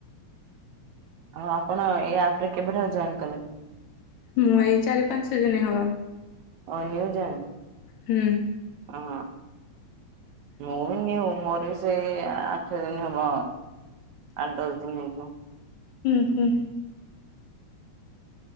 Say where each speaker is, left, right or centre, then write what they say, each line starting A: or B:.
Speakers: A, on the right; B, on the left.
A: ଆଉ ଆପଣ ଏ ଆପ୍ ରେ କେବେଠାରୁ ଜଏନ୍ କଲେ?
B: ମୁଁ ଏଇ ଚାରି ପାଞ୍ଚ ଦିନ ହବ।
A: ଓ ନ୍ୟୁ ଜଏନ୍?
B: ହୁଁ।
A: ହଁ। ମୁଁ ବି ନ୍ୟୁ ମୋର ବି ସେଇ ଆଠ ଦିନ ହବ। ଆଠ ଦଶ ଦିନ ହେଇଯିବ।
B: ହୁଁ ହୁଁ।